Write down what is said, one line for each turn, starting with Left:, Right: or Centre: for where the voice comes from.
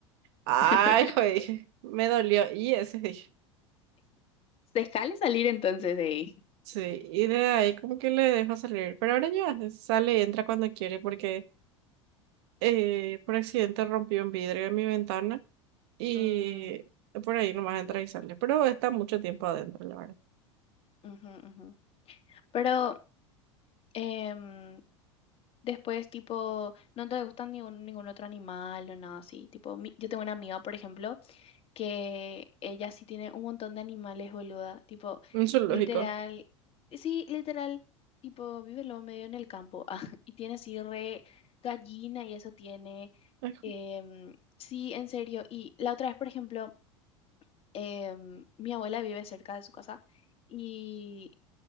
Right: ay,
Left: <laughs>
Right: jue", dije, me dolió. Y ese dije.
Left: Se jale salir entonces de ahí.
Right: Sí, y de ahí como que le dejo salir, pero ahora ya sale, entra cuando quiere porque eh, por accidente rompí un vidrio de mi ventana y
Left: Mm,
Right: por ahí nomás entra y sale. Pero está mucho tiempo adentro, la verdad.
Left: ujú, ujú. Pero em, después, tipo, no te gustan ningún, ningún otro animal o nada así. Tipo, mi- yo tengo una amiga, por ejemplo, que ella sí tiene un montón de animales, boluda. Tipo,
Right: Un zoológico.
Left: literal, sí, literal, tipo, vive lo medio en el campo. <laughs> ah, y tiene así re gallina y eso tiene.
Right: Ay,
Left: em, sí, en serio. Y la otra vez, por ejemplo, em, mi abuela vive cerca de su casa y